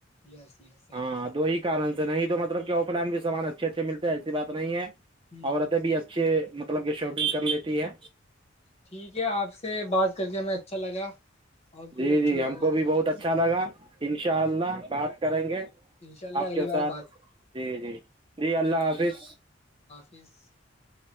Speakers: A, on the left; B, on the right.
A: یس یس صحیح
B: ہاں
A: بات
B: دو ہی کارن <unintelligible> نہیں توطلب آف لائن بھی سامان اچھے اچھے ملتے ایسی بات نہیں ہے <unintelligible>
A: ہوں
B: عورتیں بھی اچھے <unintelligible> مطلب کہ شاپنگ کر لیتی ہے
A: ٹھیک ہے آپ سے بات کر کے ہمیں اچھا لگا آپ کو
B: جی
A: بھی اچھا
B: جی
A: لگا
B: ہم
A: ہوا
B: کو بھی
A: سے
B: بہت
A: بات
B: اچھا لگا انشاء اللہ بات کریں گے
A: ان شاء اللہ
B: آپ
A: اگلی
B: کے
A: بار
B: ساتھ
A: بات
B: جی جی جی اللہ حافظ
A: پچیس <inaudible>